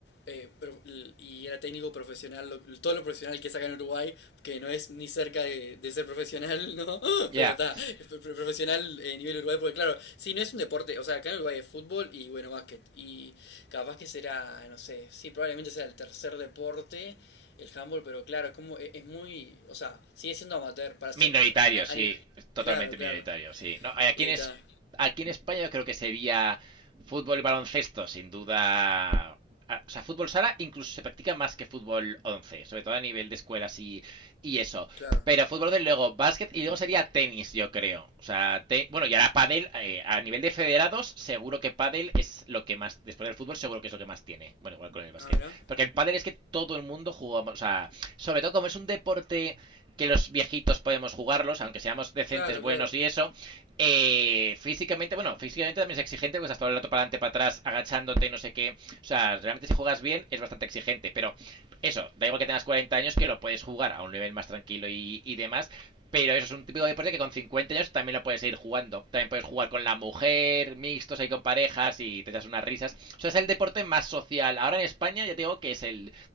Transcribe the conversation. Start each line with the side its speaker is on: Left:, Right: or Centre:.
Left: eh, pro- l- y era técnico profesional, lo- todo lo profesional que saca en Uruguay, que no es ni cerca de, de ser profesional, <laughs> ¿no?
Right: Ya.
Left: Pero está,
Right: Yeah.
Left: profesional eh, nivel Uruguay, porque claro, si no es un deporte, o sea, acá en Uruguay es fútbol y bueno, básquet. Y capaz que será, no sé, sí, probablemente sea el tercer deporte, el handball, pero claro, es como, es, es muy, o sea, sigue siendo amateur, para ser,
Right: Minoritario,
Left: pro- a-
Right: sí,
Left: a-
Right: totalmente
Left: claro,
Right: minoritario,
Left: claro.
Right: sí. No, aquí,
Left: Y
Right: en es,
Left: está,
Right: aquí en España yo creo que sería fútbol y baloncesto, sin duda. Ah, O sea, fútbol sala incluso se practica más que fútbol 11, sobre todo a nivel de escuelas y, y eso.
Left: claro.
Right: Pero fútbol, desde luego, básquet y luego sería tenis, yo creo. O sea, te- bueno, y ahora pádel, eh, a nivel de federados, seguro que pádel es lo que más, después del fútbol, seguro que es lo que más tiene. Bueno, igual con el básquet.
Left: Ah, mira.
Right: Porque el pádel es que todo el mundo jugamos, o sea, sobre todo como es un deporte que los viejitos podemos jugarlos, aunque seamos decentes,
Left: Claro,
Right: buenos
Left: claro,
Right: y eso. Eh, físicamente, bueno, físicamente también es exigente, porque estás todo el rato para adelante, para atrás, agachándote, no sé qué. O sea, realmente si juegas bien es bastante exigente, pero eso, da igual que tengas 40 años, que lo puedes jugar a un nivel más tranquilo y, y demás, pero eso es un típico deporte que con 50 años también lo puedes seguir jugando. También puedes jugar con la mujer, mixtos ahí con parejas y te das unas risas. O sea, es el deporte más social. Ahora en España ya te digo que es el,